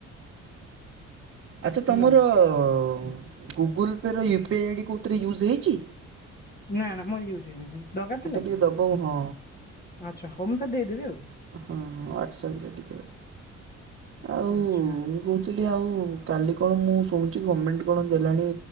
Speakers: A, on the right (about 50°); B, on the left (about 30°).
A: ଆଛା ତମର-ଅ-ଅ-ଅ-ଅ
B: ହେଲା
A: ଗୁଗୁଲ୍ ପେରେ ୟୁ ପି ଆଇ ଡି କେଉଁଥିରେ ୟୁଜ୍ ହୋଇଛି?
B: ନା ନା ମୋର ୟୁଜ ହେଇନି, ଦରକାର ଥିଲା
A: ଟିକେ
B: କି?
A: ଦବ ହଁ ହଁ
B: ଆଚ୍ଛା ହୋଉ ମୁଁ ତତେ ଦେଇଦେବି ଆଉ।
A: ହଁ ହଁ ହ୍ୱାଟ୍ସପରେ ଟିକେ। ଆଉ-ଉ-ଉ-ଉ
B: ଆଚ୍ଛା
A: ମୁଁ କହୁଥିଲି ଆଉ କାଲି କଣ ମୁଁ ଶୁଣୁ ଗମେଣ୍ଟ କଣ ଦେଲାଣି